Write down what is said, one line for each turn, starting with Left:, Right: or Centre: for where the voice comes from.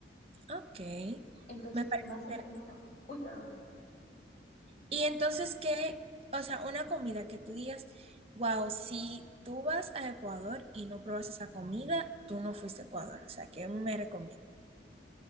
Right: ok.
Left: Entonces,
Right: Me parece.
Left: más
Right: interesante.
Left: o menos, uy, perdón,
Right: Y entonces, ¿qué? O sea, una comida que tú digas, wow, si tú vas a Ecuador y no pruebas esa comida, tú no fuiste a Ecuador. O sea, ¿qué me recomiendas?